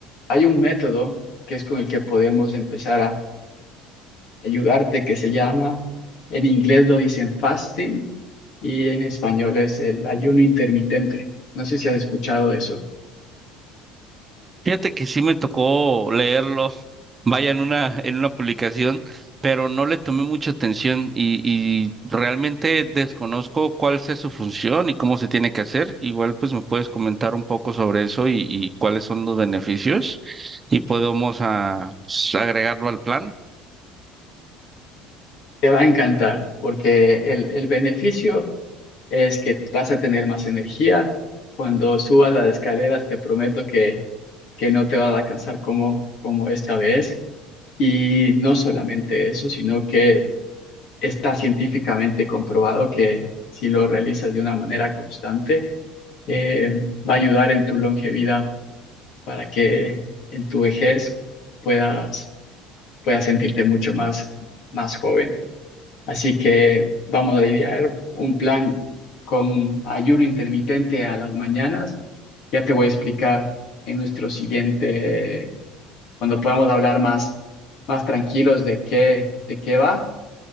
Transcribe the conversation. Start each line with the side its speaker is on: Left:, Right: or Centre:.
Left: hay un método que es con el que podemos empezar ayudarte, que se llama, en inglés lo dicen fasting y en español es el ayuno intermitente. No sé si has escuchado de eso.
Right: Fíjate que sí me tocó leerlo, vaya en una, en una publicación, pero no le tomé mucha atención y, y realmente desconozco cuál es su función y cómo se tiene que hacer. Igual pues me puedes comentar un poco sobre eso y, y cuáles son los beneficios y podemos ah, pues, agregarlo al plan.
Left: Te va a encantar porque el, el beneficio es que vas a tener más energía. Cuando subas las escaleras, te prometo que, que no te vas a cansar como, como esta vez. Y no solamente eso, sino que está científicamente comprobado que si lo realizas de una manera constante, eh, va a ayudar en tu longevidad para que en tu vejez puedas, puedas sentirte mucho más, más joven. Así que vamos a idear un plan con ayuno intermitente a las mañanas. Ya te voy a explicar en nuestro siguiente, cuando podamos hablar más, más tranquilos de qué, de qué va,